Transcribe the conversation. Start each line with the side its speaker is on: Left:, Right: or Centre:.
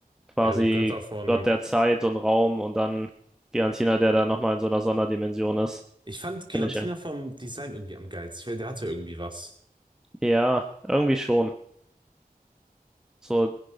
Centre: quasi
Right: Ja, also Götter von.
Centre: Gott der Zeit und Raum und dann Giantina, der da nochmal in so einer Sonderdimension ist,
Right: Ich fand Giratina
Centre: finde ich. Ja,
Right: vom Design irgendwie am geilsten. Ich weiß, Der hatte irgendwie was.
Centre: Ja, irgendwie schon. So,